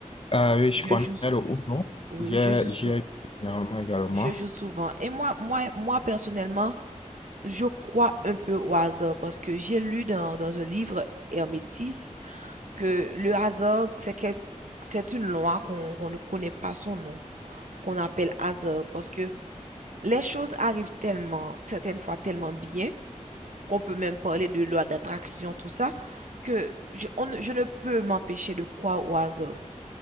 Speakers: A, on the left; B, on the right.
A: Euh,
B: Je
A: oui, je connais
B: joue,
A: le Uno.
B: oui,
A: J'ai
B: oui, je joue, sou-
A: j'ai généralement également.
B: je joue souvent. Et moi, moi, moi, personnellement, je crois un peu au hasard parce que j'ai lu dans, dans un livre hermétique que le hasard, c'est quel- c'est une loi qu'on qu'on ne connaît pas son nom, qu'on appelle hasard parce que les choses arrivent tellement, certaines fois tellement bien on peut même parler de loi d'attraction, tout ça, que je, on ne- je ne peux m'empêcher de croire au hasard.